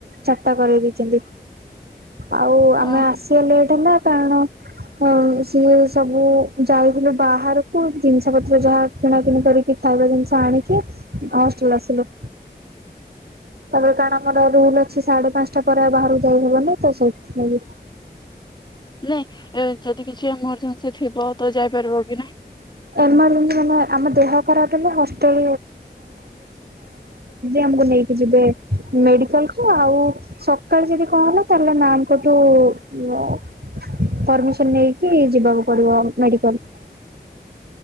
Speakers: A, on the right; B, on the left.
A: ଚାରିଟା କରେଇ ଦେଇଛନ୍ତି। ଆଉ ଆମେ
B: ଅ
A: ଆସିବା ଲେଟ ହେଲା, କାରଣ ହ ସିଏ ସବୁ ଯାଇଥିଲେ ବାହାରକୁ ଜିନିଷ ପତ୍ର ଯାହା କିଣାକିଣି କରିକି ଖାଇବା ଜିନିଷ ଆଣିଚୁ ଲାଷ୍ଟ ରେ ଆସିଲୁ। ତାପରେ କାରଣ ଆମର ରୁଲ ଅଛି, ସାଢେ ପାଞ୍ଚଟା ପରେ ଆଉ ବାହାରାରୁ ଯାଇହବନି ତ ସେଇଥିଲାଗି।
B: ନାଇଁ ଯଦି କିଛି ଏମର୍ଜେନ୍ସି ଥିବ ତ ଯାଇପାରିବ କି ନାହିଁ?
A: ଏମାନେ ମାନେ ଆମ ଦେହ ଖରାପ ହେ ହଷ୍ଟେଲ ଆମକୁ ନେଇ କି ଯିବେ ମେଡ଼ିକାଲକୁ ଆଉ ସକାଳେୁ ଯଦି କହନ ତାହେଲେ ମ୍ୟାମଙ୍କଠୁ ପରମିସନ ନେଇକି ଯିବାକୁ ପଡିବ ମେଡିକାଲ।